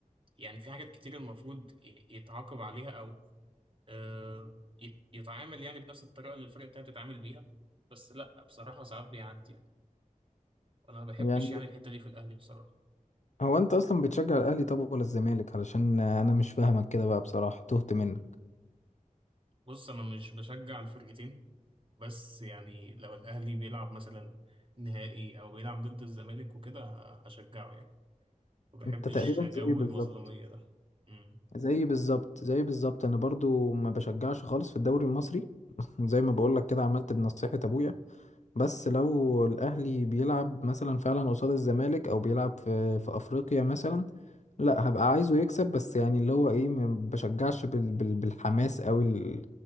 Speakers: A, on the right; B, on the left.
A: يعني في حاجات كتير المفروض ي- يتعاقب عليها أو آه، يت- يتعامل يعني بنفس الطريقة اللي الفرق التانية بتتعامل بيها بس لأ بصراحة ساعات بيعدي يعني أنا ما بحبش
B: يعني
A: يعني الحتة دي في الأهلي بصراحة
B: هو انت اصلا بتشجع الاهلي طب ولا الزمالك علشان انا مش فاهمك كده بقى بصراحه تهت منك
A: بص أنا مش بشجع الفرقتين بس يعني لو الأهلي بيلعب مثلا نهائي أو بيلعب ضد الزمالك وكده ه- هشجعه يعني ما بحبش
B: انت تقريبا
A: جو
B: زي بالظبط
A: المظلومية ده مم.
B: زي بالظبط زي بالظبط انا برضو ما بشجعش خالص في الدوري المصري <laughs> زي ما بقول لك كده عملت بنصيحه ابويا بس لو الأهلي بيلعب مثلا فعلا قصاد الزمالك أو بيلعب في في أفريقيا مثلا لا هبقى عايزه يكسب بس يعني اللي هو إيه ما بشجعش بال بال بالحماس أوي ال-